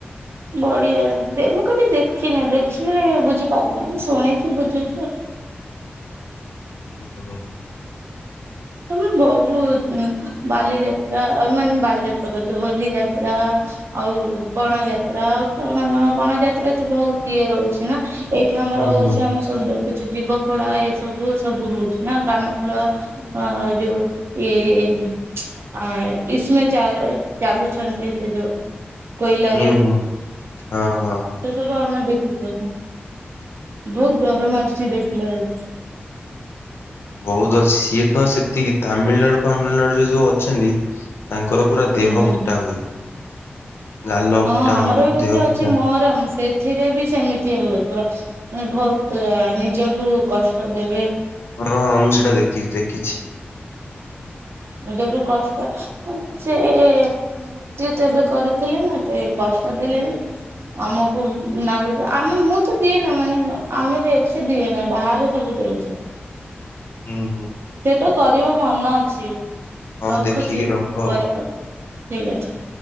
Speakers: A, on the right; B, on the left.
A: ବଢିଆ ଦେ ମୁଁ କେବେ ଦେଖିନି, ଦେଖିଲେ ବୁଝିପାରିବି ଶୁଣିଛି ବୁଝୁଛି ଆଉ।
B: ହଁ ହ।
A: ତମେ ବୋହୁତ୍ ଅ, ବାଲିଯାତ୍ରା ମାନେ ବାଲିଯାତ୍ରା କହୁଚି ହୋଲି ଯାତ୍ରା ଆଉ ପଣା ଯାତ୍ରା ଆଉ କଣ କଣ ପଣା ଯାତ୍ରା ତ ବୋହୁତ୍ ଇଏ ରହୁଛି ନା। ଏଇଠି
B: ହୁଁ
A: ଆମର ହଉଛି,
B: ହୁଁ
A: ଆମେ ସବୁ ଦେଖୁଛି ଜୀବ ଫଡା ଏ ସବୁ ସବୁ ହଉଛି ନା କାନ ଫୁଲ ହଁ ଆଉ ଯୋଉ ଇଏ ଆଏ ଇସମେ ଚା ଚାଲୁଛନ୍ତି ସେ ଯୋଉ କୋଇଲାରେ।
B: ହୁଁ
A: ସେ
B: ହୁଁ, ହଁ ହଁ।
A: ସବୁ ଆମେ ଦେଖିପାରୁ ବୋହୁତ୍ ଡର ମାଡୁଛି ଦେଖିଲା ବେଳକୁ।
B: ବୋହୁତ୍ ଅଛି ସିଏ ତ ସେତିକି, ତାମିଲ୍ ନାଡୁ ଫାମିଲ୍ ନାଡୁ ରେ ଯୋଉ ଅଛନ୍ତି ତାଙ୍କର ପୁରା ଦେହ
A: ହୁଁ।
B: ଫୁଟା ହୁଏ। ଗାଲ
A: ହଁ
B: ଫୁଟା
A: ଆମର
B: ହବ
A: ବି ଗୋଟେ
B: ଦେହ
A: ଅଛି
B: ଫୁଟା
A: ମହରମ ସେ ଥିରେ ବି ସେମିତି ହୁଏ, ପୁରା ବହୁତ ନିଜକୁ କଷ୍ଟ ଦେବେ।
B: ହଁ ହଁ ମୁଁ ସେଟା ଦେଖିଚି ଦେଖିଚି।
A: ନିଜକୁ କଷ୍ଟ ମାନେ ସେ ମୃତ୍ୟୁ ତ ଏବେ କରିଥିଲେ ନା ସେ କଷ୍ଟ ଦେଲେଣି। ଆମକୁ ନାଗୁଛି, ଆମେ ମୁଁ ତ ଦିଏ ନା ମାନେ ଆମେ ବି ଏଠି ଦିଏନା ବାହାରେ ସବୁ ଦଉଛନ୍ତି।
B: ହୁଁ ହଁ
A: ସେଟା କରିବା ମନା ଅଛି
B: ହଉ
A: ରଖୁଛି
B: ଦେଖିକି ରଖ ଆଉ।
A: ପରେ କରିବି ଠିକ୍ ଅଛି।